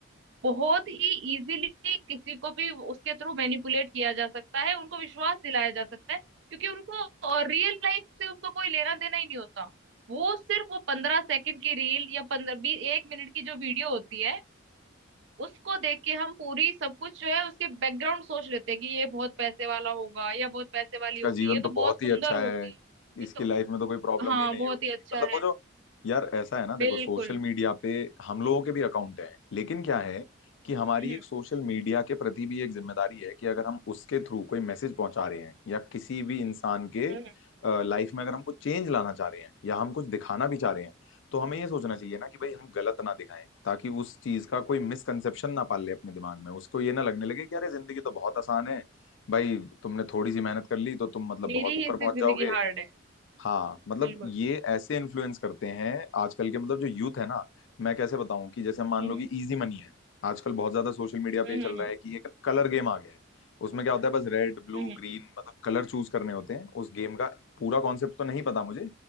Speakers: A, on the right; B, on the left.
A: बहुत ही इजीली किसी को भी उसके थ्रू मैनिपुलेट किया जा सकता है उनको विश्वास दिलाया जा सकता है क्योंकि उनको रियल लाइफ से उसको कोई लेना देना ही नहीं होता वो सिर्फ वो पंद्रह सेकंड की रील या पंद्रह बीस एक मिनट की जो वीडियो होती है उसको देख के हम पूरी सब कुछ जो है उसके बैकग्राउंड सोच लेते हैं कि ये बहुत पैसे वाला होगा या बहुत पैसे वाली
B: इसका
A: होगी
B: जीवन
A: ये तो
B: तो बहुत
A: बहुत
B: ही
A: सुंदर
B: अच्छा
A: होगी
B: है
A: ये
B: इसकी
A: तो
B: लाइफ में तो कोई प्रॉब्लम
A: हाँ
B: ही नहीं
A: बहुत
B: होगी
A: ही अच्छा
B: मतलब
A: है
B: वो जो यार ऐसा है ना देखो
A: बिल्कुल
B: सोशल मीडिया पे हम लोगों के भी अकाउंट हैं लेकिन क्या है कि हमारी
A: हम्म हम्म
B: एक सोशल मीडिया के प्रति भी एक जिम्मेदारी है कि अगर हम उसके थ्रू कोई मैसेज पहुंचा रहे हैं या किसी भी इंसान के
A: हम्म, हम्म।
B: लाइफ में अगर हम कुछ चेंज लाना चाह रहे हैं या हम कुछ दिखाना भी चाह रहे हैं तो हमें ये सोचना चाहिए ना कि भाई हम गलत ना दिखाएं ताकि उस चीज का कोई मिसकंसेप्शन ना पाल ले अपने दिमाग में उसको ये ना लगने लगे कि अरे जिंदगी तो बहुत आसान है भाई तुमने थोड़ी सी मेहनत कर ली तो तुम मतलब
A: मेरी
B: बहुत ऊपर
A: ही इससे
B: पहुंच
A: जिंदगी
B: जाओगे
A: हार्ड है
B: हाँ मतलब
A: बिल्कुल
B: ये ऐसे इन्फ्लुएंस करते हैं आजकल के मतलब जो यूथ है ना मैं कैसे बताऊं कि जैसे मान
A: हम्म
B: लो कि इजी मनी है आजकल बहुत ज्यादा सोशल मीडिया पे
A: हम्म
B: ये
A: हम्म
B: चल रहा
A: हम्म
B: है कि एक कलर गेम आ गया है उसमें क्या होता है बस रेड ब्लू
A: हम्म, हम्म।
B: ग्रीन मतलब कलर चूज करने होते हैं उस गेम का पूरा कॉन्सेप्ट तो नहीं पता मुझे